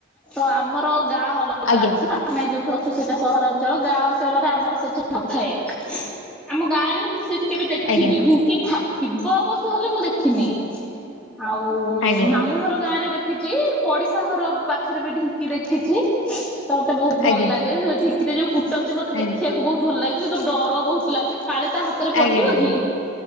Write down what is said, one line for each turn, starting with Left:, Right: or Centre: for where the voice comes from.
Centre: ତ ଆମର ଗାଁ ଅଲଗା
Left: ଆଜ୍ଞା
Centre: ଅଛି, ଆମେ ଯୋଉଠୁ ଅଛୁ ସେଇଟା ସହରାଞ୍ଚଳ। ଚଳ ଗାଁ ଅଞ୍ଚଳରେ ଆମର ସେଠି ନଥାଏ ଆମ ଗାଁ ରେ ମୁଁ ସେଇଠି କେବେ ଦେଖିନି
Left: ଆଜ୍ଞା
Centre: ଢଙ୍କି ଥା ଥିବ ପଶୁ ହେଲେ ମୁଁ ଦେଖିନି। ଆଉ
Left: ଆଜ୍ଞା
Centre: ମାମୁଁ ଘର ଗାଁ ରେ ଦେଖିଛି। ପଡିଶା ଘର ପା ପାଖରେ ବି ଢିଙ୍କି ଦେଖିଛି। ତ ମତେ ବହୁତ ଭଲ
Left: ଆଜ୍ଞା ଆଜ୍ଞା
Centre: ଲାଗେ ଢିଙ୍କିରେ ଯୋଉ କୁଟନ୍ତି ମତେ
Left: ଆଜ୍ଞା
Centre: ଦେଖି ଦେଖିବାକୁ ବହୁତ ଭଲ ଲାଗେ କିନ୍ତୁ ଡର ବହୁତ ଲାଗେ କାଳେ ତା ହାତରେ ପଡିଯିବ
Left: ଆଜ୍ଞା
Centre: କି?